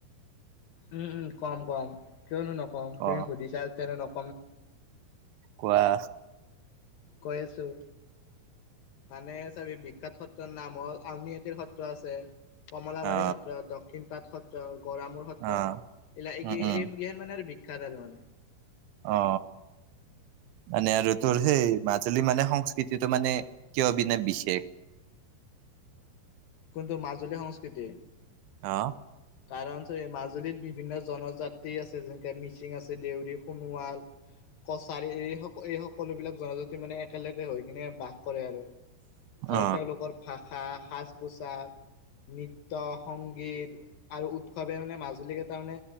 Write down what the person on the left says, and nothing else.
উম উম কম কম কিয়নো নকম?
তুমি সুধিছা যেতিয়া কিয়নো নক
কৈ আছোঁ মানে চাবি বিখ্যাত সত্ৰ নাম হ'ল আওনিআটিৰ সত্ৰ আছে কমলাবাৰী
সত্ৰ, দক্ষিণ পাট সত্ৰ, গড়ামূৰ সত্ৰ
এইগিলা এই
এইগেন মানে শ খাদাৰ মানে
কিন্তু মাজুলী সংস্কৃতি
কাৰণ মাজুলীত বিভিন্ন জনজাতি আছে যেনেকে মিচিং আছে দেউৰী, সোণোৱাল কছাৰী এই সকল এই সকলো বিলাক জনজাতি মানে একেলগে হৈ কিনে বাস কৰে আৰু
আৰু তেওঁলোকৰ ভাষা সাজ পোছাক, নৃত্য, সংগীত আৰু উৎসৱে মানে মাজুলীকে মানে